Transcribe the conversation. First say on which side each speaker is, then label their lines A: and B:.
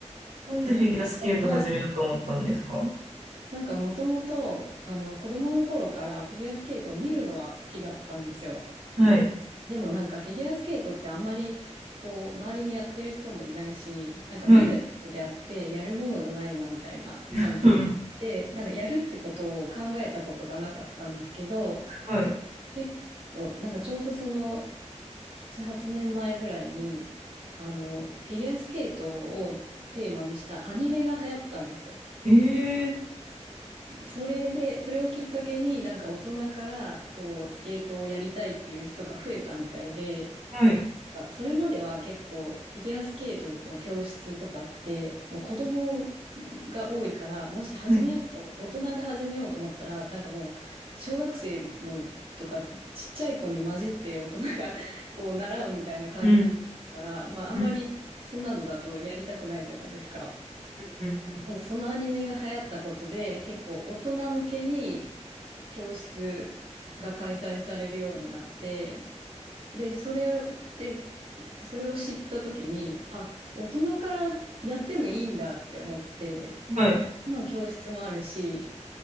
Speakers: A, on the right; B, on the right.
A: なんでフィギュアスケート始めようと思ったんですか
B: な、ないなんかもともと、あの、子供の頃からフィギュアスケートを見るのが好きだったんですよ。
A: はい。
B: でもなんかフィギュアスケートってあんまり、こう、周りにやってる人もいないし、なんか見るのであってやるものじゃないなみたいな感覚で、
A: はい。<laughs> うん
B: なんかやるってことを考えたことがなかったんですけど、
A: はい。
B: 結構、なんかちょうどその7、8年前ぐらいに、あの、フィギュアスケートをテーマにしたアニメが流行ったんですよ。
A: ええ。
B: それで、それをきっかけになんか大人からこうスケートをやりたいっていう人が増えたみたいで、
A: はい。
B: あそれまでは結構フィギュアスケートの教室とかってもう子供が多いから、もし始めようと思って、
A: はい。
B: 大人が始めようと思ったら、なんかもう小学生のとかちっちゃい子に混じって大人が <laughs> こう習うみたいな感じだから、
A: うん。
B: まああんまりそんなのだとやりたくないじゃないですか。
A: うん。うん。うん
B: でもそのアニメが流行ったことで、結構大人向けに教室が開催されるようになって、で、それで、それを知った時に、あ、大人からやってもいいんだって思って、
A: はい。
B: まあ教室もあるし、